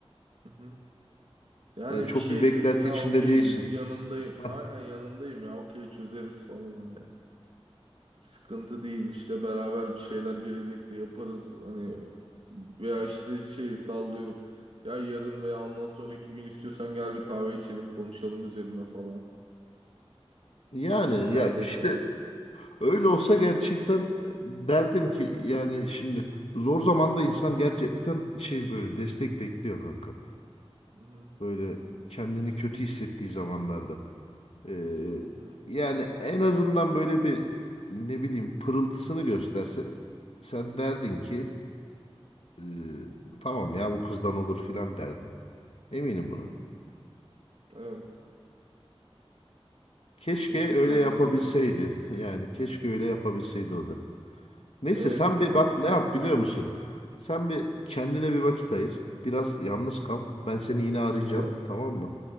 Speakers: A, on the right; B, on the left.
A: Hı hı. Yani
B: Yani çok
A: bir şey
B: bir beklenti
A: dese ya
B: içinde
A: okey
B: değilsin.
A: yanındayım,
B: Heh.
A: aynen yanındayım ya okey çözeriz falan hani. Sıkıntı değil işte beraber bir şeyler gelecekte yaparız. Hani veya işte şey sallıyorum. Ya yarın veya ondan sonraki gün istiyorsan gel bir kahve içelim konuşalım üzerine falan.
B: Yani ya
A: Daha
B: işte
A: detaylı.
B: öyle olsa gerçekten derdim ki yani şimdi zor zamanda insan gerçekten şey böyle destek bekliyor kanka.
A: Hı hı,
B: Böyle kendini kötü hissettiği zamanlarda. Ee,
A: hı hı,
B: yani en azından böyle bir ne bileyim pırıltısını gösterse sen derdin ki "Ee, tamam ya bu kızdan olur filan derdin. Eminim
A: hı hı.
B: buna.
A: Evet.
B: Keşke
A: Muhtemelen
B: öyle yapabilseydi.
A: de.
B: Yani keşke öyle yapabilseydi
A: Hı.
B: o da. Neyse
A: Evet
B: sen
A: ya
B: bir bak
A: ya.
B: ne yap biliyor musun? Sen bir kendine bir vakit ayır. Biraz yalnız kal.
A: Hı hı.
B: Ben seni yine arayacağım.
A: Tamam.
B: Tamam mı?